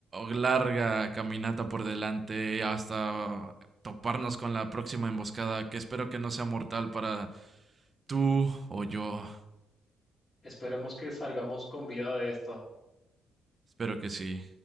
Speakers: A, on the right (about 35°); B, on the left (about 25°).
A: larga caminata por delante hasta toparnos con la próxima emboscada, que espero que no sea mortal para tú o yo.
B: Esperemos que salgamos con vida de esta.
A: Espero que sí.